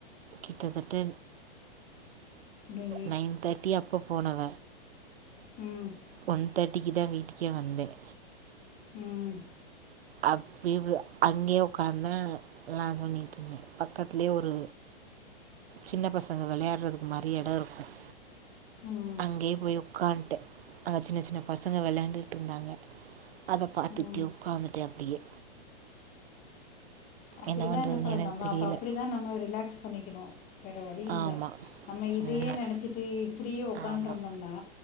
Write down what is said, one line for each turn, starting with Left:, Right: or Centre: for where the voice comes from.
Right: கிட்டத்தட்ட
Left: நீ
Right: நைன் தேட்டி அப்போ போனவ
Left: ம்
Right: ஒன் தேட்டிக்கு தா வீட்டுக்கே வந்தேன்
Left: ம்
Right: அப்டியெ போய் அங்கயே உக்காந்து நா சொல்லிட்ருந்தெ பக்கத்லயே ஒரு சின்ன பசங்க விளையாடுறதுக்கு மாரி எடம் இருக்கும்
Left: ம்
Right: அங்கேயே போய் உக்கான்டே அங்க சின்ன சின்ன பசங்க வெளையாடுட்ருந்தாங்க அத பாத்துட்டு
Left: ம்
Right: உட்காந்துட்டே அப்டியே
Left: அப்டிதா
Right: என்ன பண்றதுன்னு
Left: என்னப்ப
Right: எனக்கு
Left: நம்ம
Right: தெரியல
Left: அப்போ அப்டிதான் நம்ம ரிலாக்ஸ் பண்ணிக்கணும் வேற வழி இல்ல
Right: ஆமா
Left: நம்ம இதையே
Right: ஆமா
Left: நினச்சிட்டு இப்படியே உக்காந்து
Right: ஆமா
Left: இருந்தோம்னா